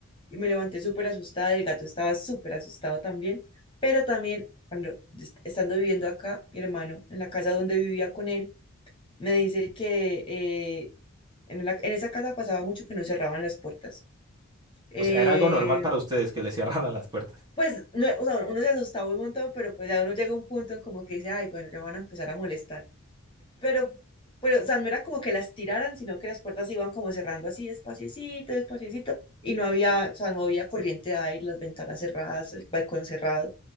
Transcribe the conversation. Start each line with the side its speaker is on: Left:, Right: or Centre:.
Left: Y me levanté súper asustada, y el gato estaba súper asustado también, pero también cuando est- estando viviendo acá, mi hermano, en la casa donde vivía con él, me dice que eh, en, la- en esa casa pasaba mucho que no cerraban las puertas. Eh,
Right: O sea, era algo normal para ustedes que les <laughs> cerraran las puertas.
Left: pues, no, o sea, uno se asustaba un montón, pero pues ya uno llega a un punto en como que dice, ay, bueno, ya van a empezar a molestar. pero, pero, o sea, no era como que las tiraran, sino que las puertas se iban como cerrando así, despaciecito, despaciecito, y no había, o sea, no había corriente de aire, las ventanas cerradas, el balcón cerrado,